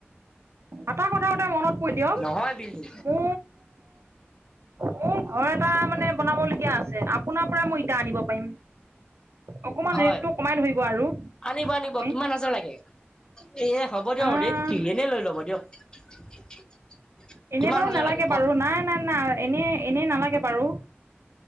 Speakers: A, on the right (about 80°); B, on the left (about 20°).
A: এটা কথা উতে মনত পৰি দিয়ক
B: নহয় বিন্দু
A: উ মোৰ ঘৰ এটা মানে বনাবলগীয়া আছে আপোনাৰ পৰা মই ইটা আনিব পাৰিম। অকমান
B: হয়।
A: ৰেটটো কমাই ধৰিব আৰু
B: আনিব আনিব
A: আপুনি
B: কিমান হাজাৰ লাগে? এ হ'ব দিয়ক
A: আহ
B: ৰেত কি এনেই লৈ ল'ব দিয়ক।
A: এনেই
B: কিমান
A: বাৰু
B: হাজাৰ
A: নালাগে
B: লাগে কওক
A: বাৰু নাই নাই নাই। এনেই এনেই নালাগে বাৰু,